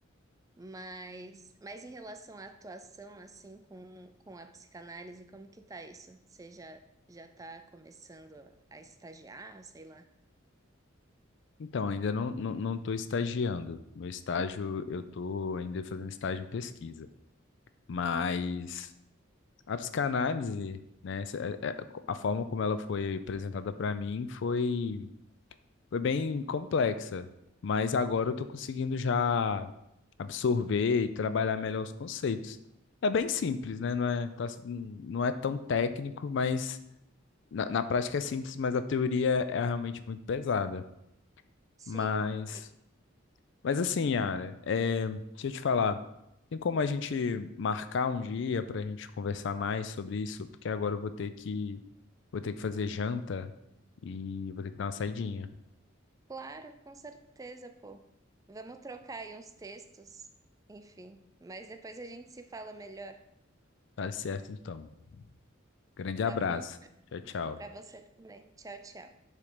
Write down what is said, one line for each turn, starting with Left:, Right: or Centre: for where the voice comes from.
Right: Mas, mas em relação à atuação, assim, com, com a psicanálise, como que tá isso? Você já, já tá começando a estagiar, sei lá?
Left: Então, ainda não, não, não tô estagiando. Meu estágio, eu tô ainda fazendo estágio em pesquisa. Mas a psicanálise, né, essa- é- é- a forma como ela foi apresentada para mim foi foi bem complexa, mas agora eu tô conseguindo já absorver e trabalhar melhor os conceitos. É bem simples, né? Não é, tá- não é tão técnico, mas na, na prática é simples, mas a teoria é é realmente muito pesada.
Right: Sim,
Left: Mas,
Right: e
Left: mas assim, Yara, é, deixa eu te falar. Tem como a gente marcar um dia para a gente conversar mais sobre isso? Porque agora eu vou ter que, vou ter que fazer janta e vou ter que dar uma saidinha.
Right: claro, com certeza, pô. Vamos trocar aí uns textos, enfim. Mas depois a gente se fala melhor,
Left: Tá certo, então. Grande
Right: tá
Left: abraço.
Right: bom?
Left: Tchau, tchau.
Right: Pra você também. Tchau, tchau.